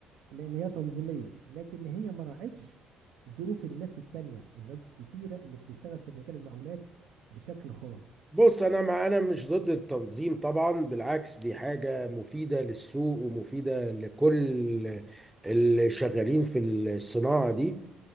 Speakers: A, on the right; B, in the centre.
A: لان هي تنظيميه لكن هي ما راعتش ظروف الناس التانية الناس الكتيره اللي بتشتغل في مجال المقاولات بشكل خاص
B: بص أنا ما أنا مش ضد التنظيم طبعا بالعكس دي حاجة مفيدة للسوق ومفيدة لكل اللي شغالين في الصناعة دي